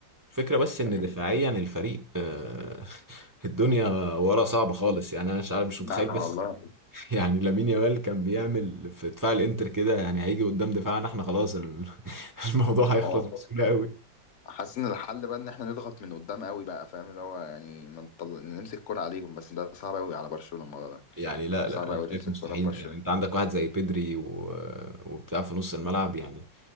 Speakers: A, on the right (about 25°); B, on the left (about 50°).
A: فكرة بس ان
B: يعني
A: دفاعيا الفريق آه، <laughs> الدنيا ورا صعبة خالص يعني انا مش عارف مش متخيل
B: نعم
A: بس
B: والله
A: <laughs> يعني لامين يامال كان بيعمل في دفاع الانتر كده يعني هيجي قدام دفاعنا احنا خلاص ال- <laughs> الموضوع هيخلص
B: اه
A: بسهولة قوي
B: حاسس ان الحل بقى ان احنا نضغط من قدام قوي بقى فاهم اللي هو يعني ما نطل... نمسك كرة عليهم بس ده صعب قوي على برشلونة الموضوع ده
A: يعني لا
B: يعني
A: لا
B: صعب قوي
A: انا
B: تمسك
A: شايف مستحيل
B: كرة ببرشلونة
A: يعني انت عندك واحد زي بيدري و... وبتاع في نص الملعب يعني